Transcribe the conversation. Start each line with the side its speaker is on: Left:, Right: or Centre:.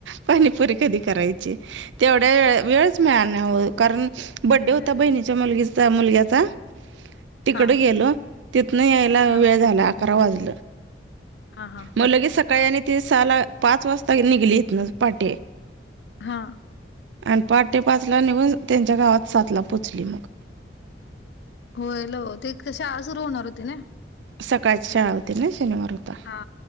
Right: पाणीपुरी कधी करायची. तेवढ्या वेळच मिळाला नाही ओ कारण बड्डे होता
Left: ह्यावेळेला
Right: बहिणीच्या मुलगीचा मुलग्याचा तिकडं
Left: हा
Right: गेलो तिथनं यायला
Left: हा
Right: वेळ झाला अकरा वाजलं.
Left: हा हा
Right: मग लगे सकाळी आणि ती सहाला पाच वाजता निघली इथूनच पहाटे.
Left: हा
Right: आणि पाठ तेे पाचला निघून त्यांच्या गावात सातला पोचली मग
Left: होय ल ते शाळा सुरू होणार होती ना
Right: सकाळ शळा होवती ना शनिवार होता
Left: हा